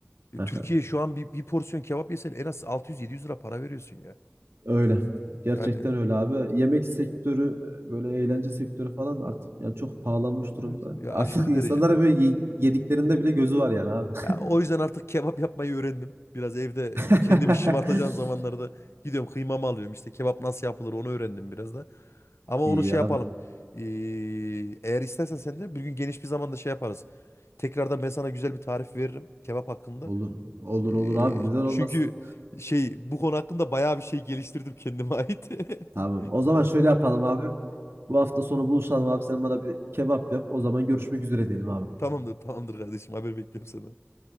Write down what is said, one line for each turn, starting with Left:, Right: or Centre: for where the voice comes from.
Left: e,
Right: <laughs> Aha,
Left: Türkiye şu an bir, bir porsiyon kebap yesen en az 600-700 lira para veriyorsun ya.
Right: Öyle. Gerçekten
Left: Yani
Right: öyle abi. Yemek sektörü böyle eğlence sektörü falan artık yani çok pahalanmış durumda.
Left: evet ya
Right: Artık
Left: aşırı
Right: <laughs> insanlara
Left: derecede.
Right: böyle ye- yediklerinde bile gözü var yani abi.
Left: Ya, o yüzden artık kebap yapmayı öğrendim. Biraz evde
Right: <laughs>
Left: kendimi şımartacağım zamanlarda gidiyorum kıymamı alıyorum. İşte kebap nasıl yapılır onu öğrendim biraz da. Ama
Right: İyi
Left: onu şey
Right: abi.
Left: yapalım. Ee, eğer istersen sen de bir gün geniş bir zamanda şey yaparız. Tekrardan ben sana güzel bir tarif veririm kebap hakkında.
Right: Olur. Olur
Left: Ee,
Right: olur abi. Neden olmasın?
Left: çünkü şey bu konu hakkında bayağı bir şey geliştirdim kendime ait.
Right: Tamam.
Left: <laughs>
Right: O zaman şöyle yapalım abi. Bu hafta sonu buluşalım abi. Sen bana bir kebap yap. O zaman görüşmek üzere diyelim abi.
Left: Tamamdır, tamamdır kardeşim. Haber bekliyorum senden.